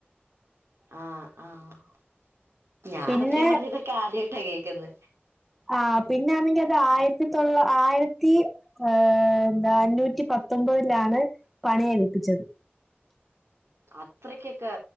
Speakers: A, on the right (about 85°); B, in the centre.
A: ആഹ് ആഹ് ഞാൻ
B: പിന്നെ
A: സത്യം പറഞ്ഞ ഇതൊക്കെ ആദ്യായിട്ടാ കേക്കുന്നേ
B: ആഹ് പിന്നൊണെങ്കിൽ അത് ആയിരത്തി തൊള്ള ആയിരത്തി ഏഹ് എന്താ അഞ്ഞൂറ്റി പത്തൊമ്പതിലാണ് പണിയേൽപ്പിച്ചത്
A: അത്രക്കൊക്കെ